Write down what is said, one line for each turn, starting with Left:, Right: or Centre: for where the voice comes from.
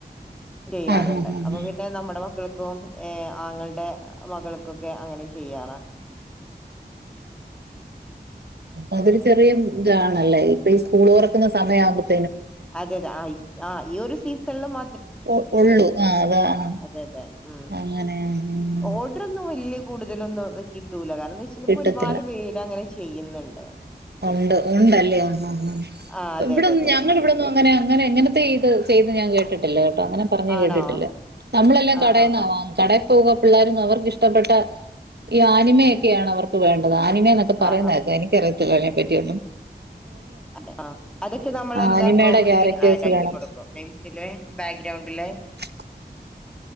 Centre: ചെയ്യാറുണ്ട്.
Right: ആഹ് ആഹ് ആഹ്
Centre: അപ്പോപ്പിന്നെ നമ്മടെ <inaudible> <unintelligible> ക്കും ഏ ആങ്ങൾടെ ആ മകൾക്കും. കൊക്കെ അങ്ങനെ ചെയ്യാറാ.
Right: അതില് ചെറിയ മ് താണല്ലേ, ഇ പ്പോ ഈ സ്കൂള് തുറക്കുന്ന സമയാകും <inaudible>
Centre: അതെതെ <unintelligible> അ ഇ ഈഒരു സീസണില് <inaudible>
Right: ഒ ഒള്ളു ആ അതാ <inaudible>
Centre: അതെ അതെ മ്
Right: അങ്ങനെ ആ, ആ, ആ.
Centre: ഓർഡറൊന്നു <inaudible> <unintelligible> ല്ല് കൂടുതലൊന്നും കിട്ടൂല കാരണം ചിലപ്പോ
Right: കിട്ടത്തില്ല
Centre: ഒരുപാട് പേര് അങ്ങനെ ചെയ്യുന്നുണ്ട്.
Right: ഉണ്ട് ഉണ്ട്ല്ലേ <unintelligible>
Centre: ആ അതെ
Right: ഇവിടന്നും
Centre: അതെ അതെ
Right: ഞങ്ങള് ഇവടൊന്നും അങ്ങനെ അങ്ങനെ എങ്ങനെ. <inaudible> ചെയ്‌ത് ചെയ്ത് ഞാൻ കേട്ടിട്ടില്ല കെട്ടോ അങ്ങനെ പറഞ്ഞെ
Centre: ആണോ
Right: കേട്ടിട്ടില്ല. നമ്മളെല്ലാം
Centre: ആ
Right: കടേന്നാ
Centre: ആ
Right: വാങ്ങു <inaudible> കടേ പോക പിള്ളേരൊന്നും അവർക്ക് ഇഷ്ടപ്പെട്ട ഈ ആനിമയൊക്കെയാണ് അവർക്ക് വേണ്ടത്. ആ <inaudible> അനിമയ എന്നൊക്കെ
Centre: ആ
Right: പറയുന്നത്
Centre: ആ
Right: കേക്കാം എനിക്കറിയത്തില്ലതിനെപ്പ റ്റിയൊന്നും.
Centre: അതെ ആ അതൊക്കെ നമ്മള്‌ എന്താക്കും.
Right: ആനിമയുടെ
Centre: അതില്
Right: ക്യാരക്ടേഴ്സ്
Centre: ആടാക്കി
Right: വേണം
Centre: കൊടുക്കും. പെൻസില് ബാ <inaudible> റൗണ്ടില്
Right: <inaudible>